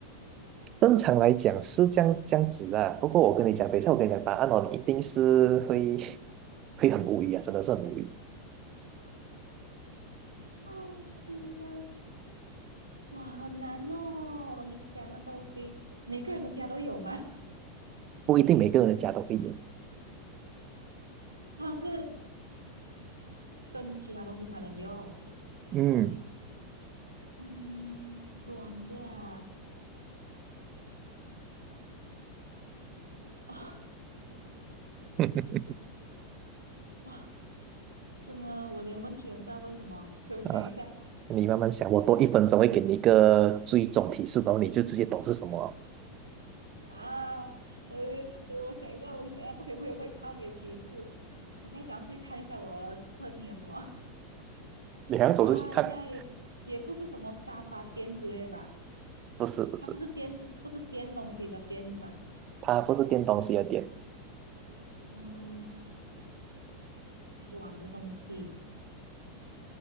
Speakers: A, on the right; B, on the right.
A: 正常来讲是这样这样子啊，不过我跟你讲，等一下我跟你讲答案哦，你一定是会 <laughs> 会很无语啊，真的是很无语，
B: 啊，真的，哇，好难哦！你讲的东西，每个人的家都有吗？<laughs>
A: 不一定每个人的家都会有。
B: 它是跟其他东西才能用，
A: 嗯，
B: 嗯，软的啊，哦，
A: <laughs>
B: 哇，真的，我连问题都不知道问什么，给我想一下
A: 啊，你慢慢想，我多一分钟会给你一个最终提示，然后你就直接懂是什么了
B: 啊，呃呃，我想一下，我想一下，不可以，不可以，不可以，靠你的提示，我现在想要去看一下我的客厅有什么，<laughs>
A: 你还要走出去看，
B: 它应该也也不是什么沙发垫之类的吧？
A: 不是不是，
B: 它不是颠，不是颠东西的颠是吧？
A: 它不是电东西的电，
B: 嗯嗯，软的东西，